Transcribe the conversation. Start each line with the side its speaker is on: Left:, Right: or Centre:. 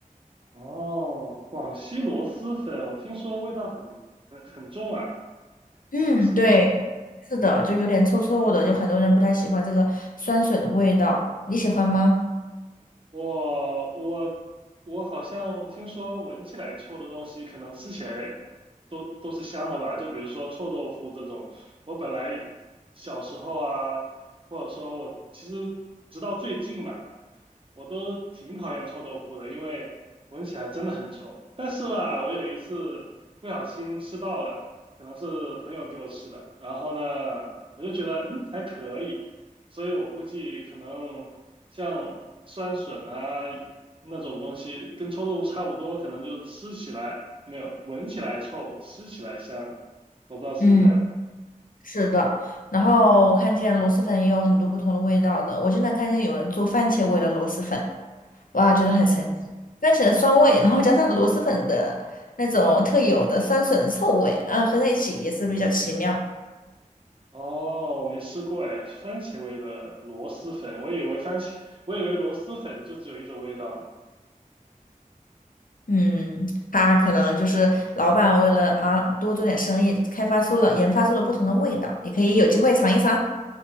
Right: 哦，广西螺蛳粉，我听说味道很很很重啊，
Left: 嗯，
Right: 是不是？
Left: 对，是的，就有点臭臭的，就很多人不太喜欢这个酸笋的味道，你喜欢吗？
Right: 我我我好像听说闻起来臭的东西，可能吃起来都都是香的吧？就比如说臭豆腐这种，我本来小时候啊，或者说我其实直到最近吧，我都挺讨厌臭豆腐的，因为闻起来真的很臭。但是吧，我有一次不小心吃到了，可能是朋友给我吃的，然后呢，我就觉得嗯还可以。所以我估计可能像酸笋啊那种东西，跟臭豆腐差不多，可能就是吃起来没有，闻起来臭，吃起来香。我不知道是不是这样
Left: 嗯。是的，然后我看见螺蛳粉也有很多不同的味道的。我经常看见有人做番茄味的螺蛳粉，哇，
Right: 啊？
Left: 觉得很神奇。番茄的酸味，然后加上螺蛳粉的那种特有的酸笋的臭味，啊，合在一起也是比较奇妙。
Right: 哦，我没吃过哎，番茄味的螺蛳粉，我以为番茄，我以为螺蛳粉就只有一种味道呢。
Left: 嗯，他可能就是老板为了啊多做点生意，开发出了研发出了不同的味道，你可以有机会尝一尝。